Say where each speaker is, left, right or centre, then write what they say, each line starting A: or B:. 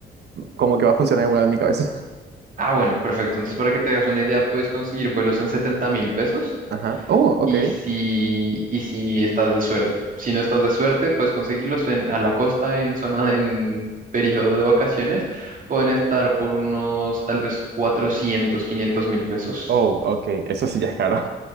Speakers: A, on the right; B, on the right.
A: como que va a funcionar igual en mi cabeza.
B: Ah, bueno, perfecto. Entonces, para que te hagas una idea, puedes conseguir vuelos en setenta mil pesos
A: <laughs> Ajá. Oh,
B: y
A: ok.
B: si, y si estás de suerte. Si no estás de suerte, puedes conseguirlos en, a la costa, en zona, en periodo de vacaciones. Pueden estar por unos tal vez 400 500 mil pesos.
A: Oh, ok. Eso sí ya es caro.